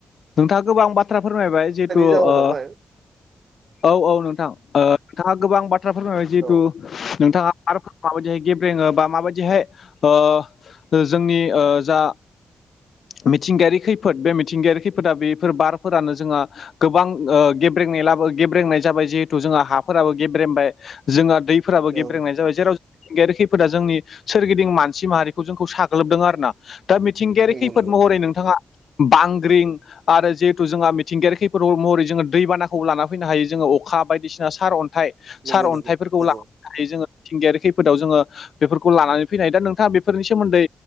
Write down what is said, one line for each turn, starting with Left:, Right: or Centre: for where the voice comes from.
Left: नोंथाङा गोबां बाथ्रा फोरमायबाय जिहेथु
Right: जाउनावहाय
Left: ओ औ औ नोंथां ओ नोंथाङा गोबां बाथ्राफोर फोरमायबाय जिहेथु
Right: औ
Left: नोंथाङा आरो माबायदिहाय गेब्रेङो बा माबायदिहाय ओ जोंनि ओ जा मिथिंगायारि खैफोद बे मिथिंगायारि खैफोदा बेफोर बारफोरानो जोना गोबां ओ गेब्रेंनाय लाबो गेब्रेंनाय जाबाय जिहेथु जोंहा हाफोराबो गेब्रेमबाय जोंहा दैफोराबो
Right: औ
Left: गेब्रेंनाय जाबाय जेराव मिथिंगायारि खैफोरा जोंनि सोरगिदिं मानसि माहारिखौ जोंखौ साग्लोबदों आरो ना दा मिथिंगायारि
Right: नंगौ
Left: खै
Right: नंगौ
Left: रै नोंथाङा बांग्रिं आरो जिहेथु जोंहा मिथिंगायारि खैफोद महरै जोङो दैबानाखौबो ला फैनो हायो जोङो अखा बायदिसिना सार अन्थाइ
Right: नंगौ
Left: सार अन्थाइफोरखौ
Right: नंगौ नंगौ
Left: लानानै जोङो मिथिंगायारि खैफोदाव जोङो बेफोरखौ लानानै फैनाय हायो दा नोंथाङा बेफोरनि सोमोन्दै